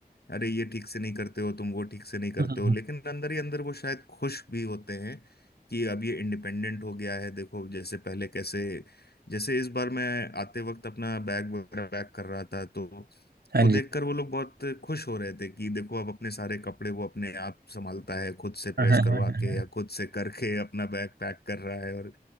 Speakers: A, on the left; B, on the right.
A: अरे ये ठीक से नहीं करते हो तुम वो ठीक से नहीं करते
B: हम्म।
A: हो लेकिन अंदर ही अंदर वो शायद खुश भी होते हैं कि अब ये इंडिपेंडेंट हो गया है देखो जैसे पहले कैसे जैसे इस बार मैं आते वक्त अपना बैग वगैरह पैक कर रहा था तो
B: हाँ
A: वो
B: जी
A: देखकर वो लोग बहुत खुश हो रहे थे कि देखो अब अपने सारे कपड़े वो अपने आप संभालता है खुद से
B: हाँ,
A: प्रेस
B: हाँ,
A: करवा
B: हाँ, हाँ,
A: के
B: हाँ।
A: या खुद से करके अपना बैग पैक कर रहा है और